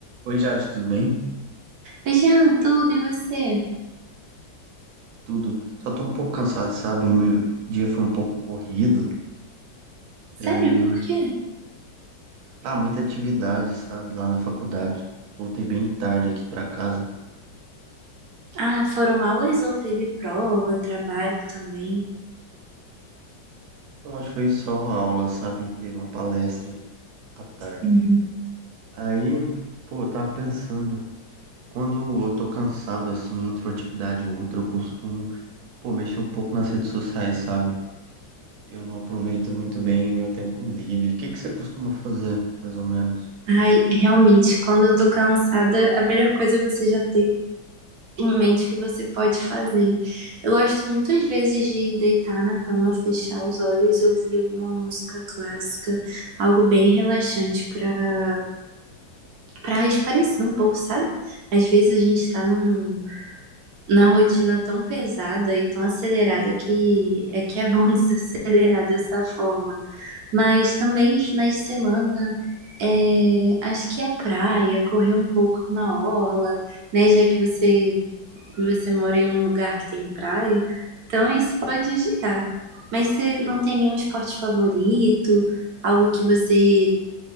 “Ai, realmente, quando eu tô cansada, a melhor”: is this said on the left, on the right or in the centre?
Right